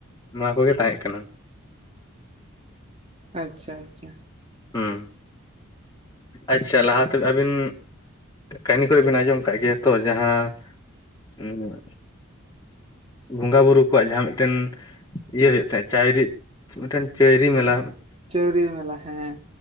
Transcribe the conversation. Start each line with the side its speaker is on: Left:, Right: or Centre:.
Left: ᱱᱚᱣᱟ ᱠᱚᱜᱮ ᱛᱟᱦᱮᱸᱜ ᱠᱟᱱᱟ᱾
Right: ᱟᱪᱪᱷᱟ ᱟᱪᱪᱷᱟ
Left: ᱦᱩᱸ ᱟᱪᱪᱷᱟ ᱞᱟᱦᱟᱛᱮ ᱟᱹᱵᱤᱱ ᱠᱟᱹᱦᱱᱤ ᱠᱚᱨᱮ ᱵᱤᱱ ᱟᱸᱡᱚᱢ ᱠᱟᱜ ᱜᱮᱭᱟ ᱛᱚ ᱡᱟᱦᱟᱸ ᱩᱸ ᱦᱩᱸᱜ ᱵᱚᱸᱜᱟ ᱵᱩᱨᱩ ᱠᱚᱣᱟᱜ ᱡᱟᱦᱟᱸ ᱢᱤᱫᱴᱮᱱ ᱤᱭᱟᱹ ᱦᱩᱭᱩᱜ ᱛᱟᱦᱮᱸᱜ ᱪᱟᱭᱨᱤ ᱢᱤᱫᱴᱮᱱ ᱪᱟᱹᱭᱨᱤ ᱢᱮᱞᱟ
Right: ᱪᱟᱹᱣᱨᱤᱭᱟᱹ ᱢᱮᱞᱟ ᱦᱮᱸ᱾